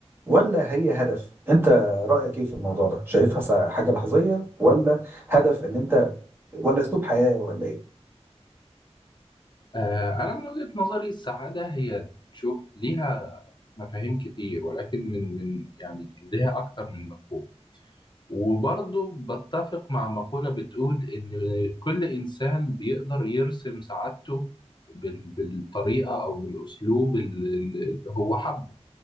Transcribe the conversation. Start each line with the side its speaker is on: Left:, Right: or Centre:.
Right: ولا هي هدف انت رايك ايه في الموضوع ده شايفها سع- حاجه لحظيه ولا هدف ان انت ولا اسلوب حياه ولا ايه
Left: آه، أنا من وجهة نظري السعادة هي تشوف ليها مفاهيم كتير ولكن من من يعني ليها أكتر من مفهوم وبرضه بتفق مع مقولة بتقول إن كل إنسان بيقدر يرسم سعادته بال- بالطريقة أو بالأسلوب ال- ال- اللي هو حبه